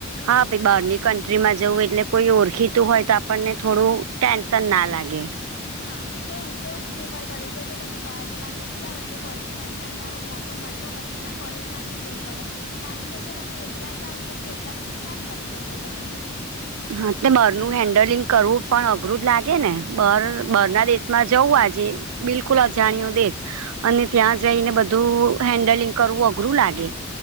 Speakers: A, on the right (about 85°); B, on the left (about 55°).
A: હા ભાઈ બહારની કન્ટ્રીમાં જવું એટલે કોઈ ઓળખીતું હોય તો આપણને થોડું ટેન્શન ના લાગે.
B: હા એટલે હું તો એવું જ પ્રિફર કરું કે જો તમે બહાર જવાનું ઈચ્છતા હોય તો કોલેજમાંથી તમને આવો મોકો મળ તો હોય તો તમારે કોલેજમાંથી જવું પડે. કારણ કે જો તમે એકલા જાઓ તો પછી એકલા તમે કેમ કરી શકો બાર બધું.
A: હા એટલે બરનું હેન્ડલિંગ કરવું પણ અઘરું જ લાગે ને બર બર ના દેશમાં જવું આજે બિલકુલ અજાણ્યો દેશ અને ત્યાં જઈને બધું હેન્ડલિંગ કરવું અઘરું લાગે.